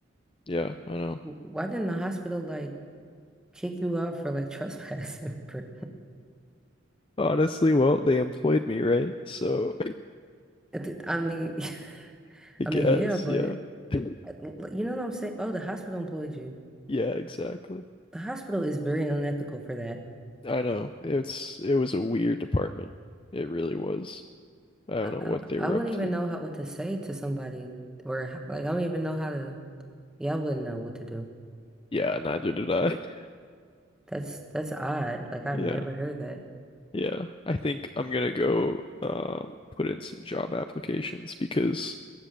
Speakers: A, on the left (about 25°); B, in the centre.
A: Yeah, I know.
B: W- Why didn't the hospital like kick you out for like trespassing? <laughs> For...
A: Honestly, well, they employed me, right? So
B: I th- I mean, <laughs>
A: <laughs> I guess,
B: I mean, yeah, but
A: yeah. <laughs>
B: uh, l- l- you know what I'm saying? Oh, the hospital employed you.
A: Yeah, exactly.
B: The hospital is very unethical for that.
A: I know. It's it was a weird department. It really was. I don't
B: I,
A: know what
B: I,
A: they
B: I
A: were
B: wouldn't
A: up to.
B: even know how what to say to somebody or how- like I don't even know how to. Yeah, I wouldn't know what to do.
A: Yeah, neither did I. <laughs>
B: That's that's odd. Like I've
A: Yeah,
B: never heard that.
A: yeah. I think I'm gonna go um put in some job applications because